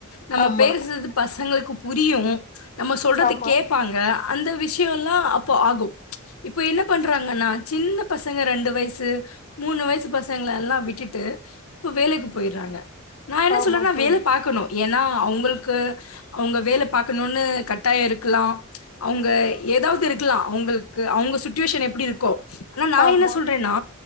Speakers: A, on the left; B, on the left.
A: நம்ம
B: ஆமா
A: பேசறது பசங்களுக்கு புரியு நம்ம சொல்றது
B: ஆமா
A: கேப்பாங்க அந்த விஷயம்ல்லா அப்போ ஆகு இப்ப என்ன பண்றாங்கன்னா சின்ன பசங்க ரெண்டு வயசு மூணு வயசு பசங்கலெல்லா விட்டுட்டு இப்ப வேலைக்கு போய்றாங்க நா என்ன
B: ஆமா
A: சொல்றன்னா
B: தோழி
A: வேல பாக்கணு ஏன்னா அவுங்களுக்கு அவுங்க வேல பாக்கணுனு கட்டாய இருக்கலா அவுங்க ஏதாவது இருக்கலா அவுங்களுக்கு அவுங்க சுட்டுவேஷன் எப்டி இருக்கோ ஆனா நா
B: ஆமா
A: என்ன சொல்றேன்னா